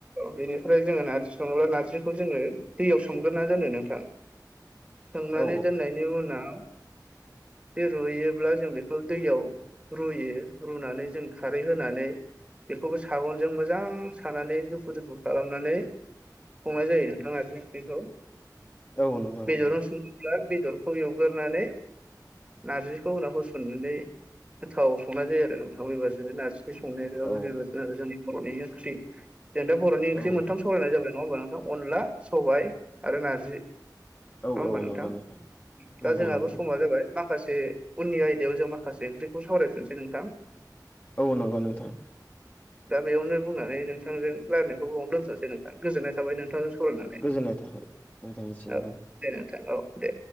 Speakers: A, on the right (about 15°); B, on the left (about 20°).
A: बेनिफ्राय जोङो नारजि सङोब्ला नारजिखौ जोङो दैयाव सोमग्रोना दोनो नोंथां सोमनानै
B: औ
A: दोननाय बेनि उनाव बे रुहैयोब्ला जों बेखौ दैयाव रुयो रुनानै जों खारै होनानै बेखौबो सागनजों मोजां सानानै दुफु दुफु खालामनानै संनाय जायो नोंथां नरजि ओंख्रिखौ
B: औ नंगौ नोंथां
A: बेदराव सं ब्ला बेदरखौ एवगोरनानै नारजिखौ होनाव होसननानै गोथाव संना जायो आ औ नोंथाङाबो एबारसो नारजि संनायाबो
B: औ
A: बेबायादनो आरो जोंनि बर'नि ओंख्रि जों दा बर'नि
B: औ
A: ओंख्रि मोनथाम सालरायनाय जाबाय नङा होनोमा नोंथां अनला, सबाय आरो नारजि नङ
B: औ
A: होमबा
B: औ
A: नोंथां
B: नंगौ नंगौ
A: दा जोंहाबो
B: नंगौ
A: समा जाबाय। माखासे उननि आयदायाव जों माखासे ओंख्रिखौ सावरायफिननोसै नोंथां।
B: औ नंगौ नोंथां
A: दा बेयावनो बुंनानै नोंथांजों रायलायनायखौ बावनो दोनथ'सै नोंथां गोजोन्नाय थाबाय नोंथांजों नानै
B: गोजोननाय थाबाय नोंथांनिसिमबो
A: औ दे नोंथां औ दे।